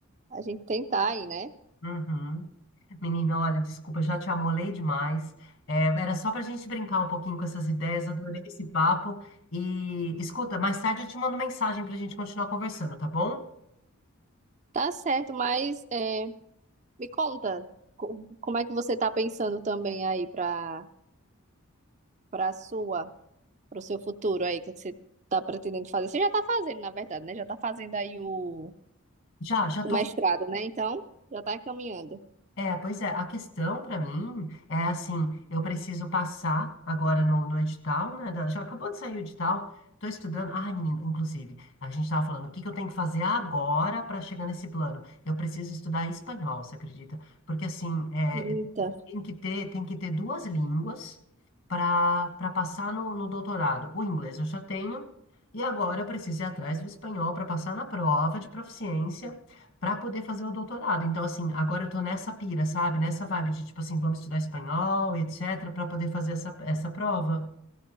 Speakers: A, on the right; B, on the left.
A: a gente tentar aí, né?
B: Uhum. Menina, olha, desculpa, já te amolei demais. É, era só para a gente brincar um pouquinho com essas ideias, adorei esse papo. E escuta, mais tarde eu te mando mensagem para a gente continuar conversando, tá bom?
A: Tá certo, mas é, me conta, co- como é que você tá pensando também aí para para sua, para o seu futuro aí? O que é que você tá pretendendo fazer? Você já tá fazendo, na verdade, né? Já tá fazendo aí o
B: Já, já
A: o
B: tô
A: mestrado, né? Então, já tá encaminhando.
B: É, pois é, a questão para mim é assim, eu preciso passar agora no, no edital, né? da- já acabou de sair o edital, tô estudando. Ah, menina, inclusive, a gente tava falando, o que que eu tenho que fazer agora para chegar nesse plano? Eu preciso estudar espanhol, você acredita? Porque assim, é,
A: Eita.
B: tem que ter, tem que ter duas línguas para para passar no, no doutorado. O inglês eu já tenho, e agora eu preciso ir atrás do espanhol para passar na prova de proficiência para poder fazer o doutorado. Então, assim, agora eu tô nessa pira, sabe? Nessa vibe de, tipo assim, vamos estudar espanhol, etc, para poder fazer essa, essa prova.